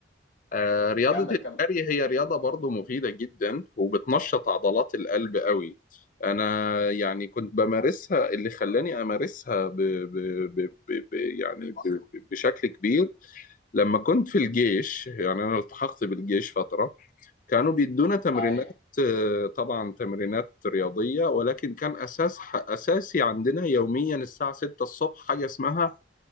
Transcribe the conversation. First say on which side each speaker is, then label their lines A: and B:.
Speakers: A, on the left (about 45°); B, on the left (about 80°).
A: آه، رياضة
B: كمل كمل
A: الجري هي رياضة برضو مفيدة جدا وبتنشط عضلات القلب قوي أنا يعني كنت بمارسها اللي خلاني أمارسها ب... ب... ب... ب... ب... يعني ب... ب- بشكل كبير لما كنت في الجيش يعني أنا التحقت بالجيش فترة كانوا بيدونا تمرينات
B: ايوه
A: آه، طبعا تمرينات رياضية ولكن كان أساس أساسي عندنا يوميا الساعة 6 الصبح حاجة اسمها